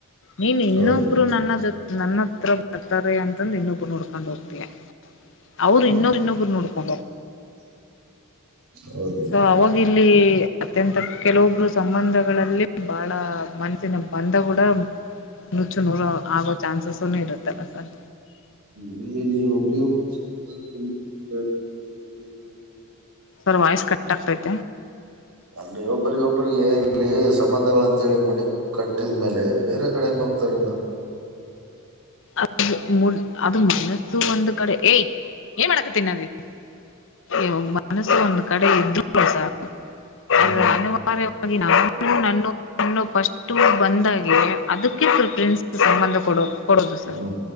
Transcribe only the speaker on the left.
ನೀನ್ ಇನ್ನೊಬ್ರು
ನನ್ನ ಜೊ ನನ್ನತ್ರ ಬರ್ತಾರೆ ಅಂತಂದು ಇನ್ನೊಬ್ರನ್ನ ಹುಡ್ಕೊಂಡ್ ಹೋಗ್ತಯ. ಅವರು ಇನ್ನುರ್ ಇನ್ನೊಬ್ಬರುನ್ನ ಉಡ್ಕೊಂಡ್ ಹೊ
ಸೊ ಅವಾಗ ಇಲ್ಲಿ ಅತ್ಯಂತ ಕೆಲವೊಬ್ರು ಸಂಬಂಧಗಳಲ್ಲಿ ಬಹಳ ಮನಸಿನ ಬಂಧಗೂಡ ನುಚ್ಚು ನೂರೋ ಆಗೋ ಚಾನ್ಸಸನು ಇರುತ್ತಲ್ಲ ಸರ್.
ಸರ್ ವಾಯ್ಸ್ ಕಟ್ ಆಗ್ತೈತೆ.
ಅದು ಅದು ಮನಸ್ಸು ಒಂದು ಕಡೆ ಏಯ ಏನ್ ಮಾಡಕತ್ತೀನ ನಾನ್ ಇಲ್ಲಿ ಮನಸ್ಸು ಒಂದ್ ಕಡೆ ಇದ್ದರೂನು ಸಹ
ಅ ಅನಿವಾರ್ಯವಾಗಿ ನಾವೇ ನನ್ನ ನನ್ನ ಫಸ್ಟ್ ಬಂದಾಗೆ ಅದಕ್ಕೆ ಪ್ರೆಫರೆನ್ಸ್ ಸಂಬಂಧ ಕೊಡೋದು. ಕೊಡೋದು ಸರ್.